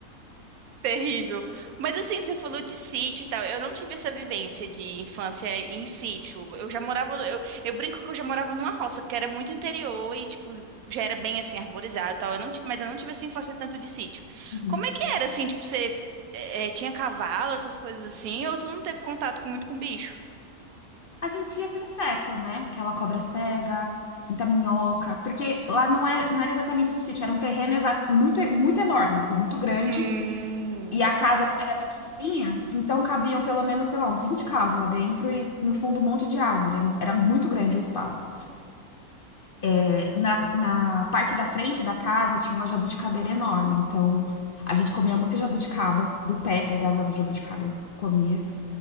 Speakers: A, on the right; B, on the left.
A: Terrível. Mas assim, você falou de sítio e tal. Eu não tive essa vivência de infância em sítio. Eu já morava, eu, eu brinco que eu já morava numa roça, porque era muito interior e, tipo, já era bem assim, arborizado e tal. Eu não tive, mas eu não tive essa infância tanto de sítio.
B: Uhum.
A: Como é que era, assim, tipo, você eh, eh, tinha cavalo, essas coisas assim, ou tu não teve contato com- muito com bicho?
B: A gente ia com inseto, né? Aquela cobra cega, muita minhoca, porque lá não, é, não era exatamente um sítio, era um terreno exa- muito, muito enorme, assim, muito grande,
A: Hum.
B: E a casa era pequenininha, então cabiam pelo menos, sei lá, uns 20 carros lá dentro e no fundo um monte de árvore. Era muito grande o espaço. É, Na, na parte da frente da casa tinha uma jabuticabeira enorme, então a gente comia muita jabuticaba do pé, pegava jabuticaba e comia.